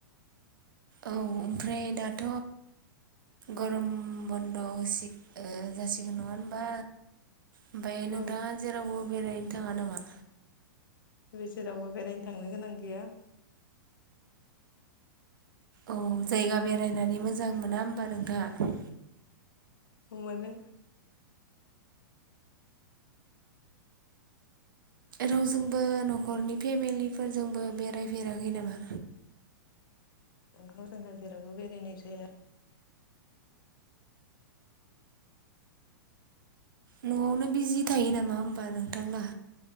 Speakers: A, on the right; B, on the left.
A: औ ओमफ्राय दाथ' गरम बन्द' होसि ओ जासिगोन नङा होनबा? ओमफाय नोंथाङा
B: औ
A: जेराव बेरायनो थाङा नामा?
B: है जेरावबो बेरायनो थांनो गोनां गैया।
A: औ जायगा बेरायनानै मोजां मोना होनोमबा नोंथाङा?
B: मोनो।
A: रावजोंबो न'खरनि फेमिलिफोरजोंबो बेरायफेराखै नामा?
B: ओंहो जोंहा जेरावबो बेरायनाय जाया।
A: न'आवनो बिजि थायो नामा होमबा नोंथाङा।